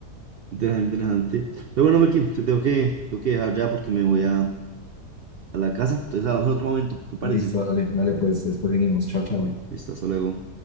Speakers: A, on the right (about 85°); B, on the left (about 50°).
A: Interesante, interesante. Pero bueno, Melqui, te tengo que, tengo que dejar ya porque me voy a, a la casa. Entonces hablamos en otro momento, ¿te parece?
B: Listo, dale, dale, pues después venimos. Chao, chao.
A: Dale, listo, hasta luego.